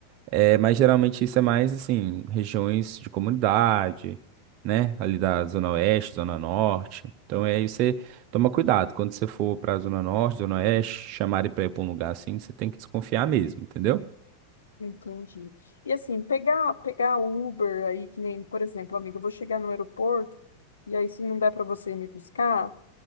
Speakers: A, on the right (about 40°); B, on the left (about 70°).
A: é, mas geralmente isso é mais, assim, regiões de comunidade, né, ali da Zona Oeste, Zona Norte. Então, aí você toma cuidado, quando você for pra Zona Norte, Zona Oeste, chamarem pra ir pra um lugar assim, você tem que desconfiar mesmo, entendeu?
B: Entendi. E assim, pegar pegar Uber aí, que nem, por exemplo, amiga, eu vou chegar no aeroporto, e aí se não der para você ir me buscar,